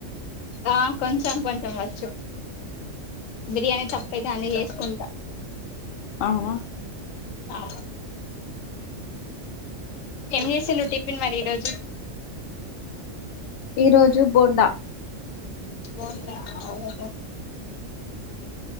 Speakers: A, on the left; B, on the left.
A: ఆ కొంచెం కొంచెం వచ్చు బిర్యానీ తప్ప ఇగ అన్ని చేసుకుంటా
B: అవునా
A: అ ఏం చేసిల్లు టిఫిన్ మరి ఈ రోజు
B: ఈ రోజు బోండా
A: బోండా అ వో